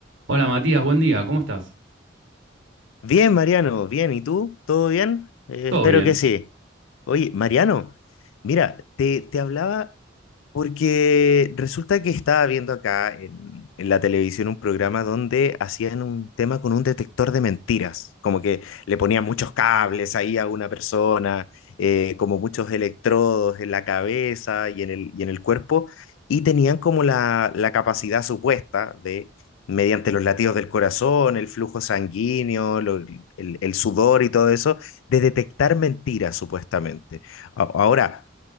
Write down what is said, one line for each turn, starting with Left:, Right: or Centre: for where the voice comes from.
Right: Hola Matías, buen día, ¿cómo estás?
Left: Bien, Mariano, bien. ¿Y tú? ¿Todo bien? Eh,
Right: ¿Todo
Left: espero
Right: bien?
Left: que sí. Oye, Mariano, mira, te, te hablaba porque resulta que estaba viendo acá en, en la televisión un programa donde hacían un tema con un detector de mentiras, como que le ponían muchos cables ahí a una persona, eh, como muchos electrodos en la cabeza y en el, y en el cuerpo, y tenían como la, la capacidad supuesta de, mediante los latidos del corazón, el flujo sanguíneo, lo- el el sudor y todo eso, de detectar mentiras supuestamente. A- Ahora,